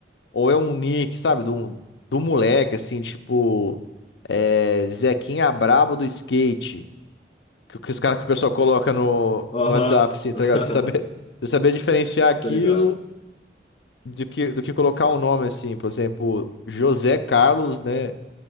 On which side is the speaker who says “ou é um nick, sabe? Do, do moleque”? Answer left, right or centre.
Left